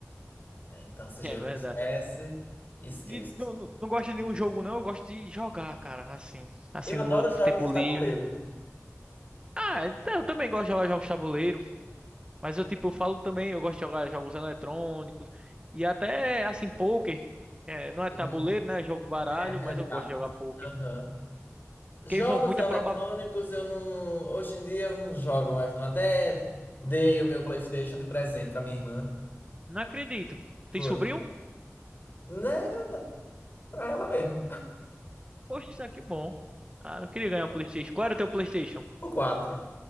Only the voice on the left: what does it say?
né? Então, se gerou
estresse, esqueço.
Eu
adoro
jogos de tabuleiro.
Uhum.
É, mesa
de
cartas.
Aham.
Jogos
eletrônicos
eu não. Hoje em dia eu não jogo mais, não. Até dei o meu PlayStation de presente pra minha irmã.
Foi.
Né? Pra ela mesma.
O 4.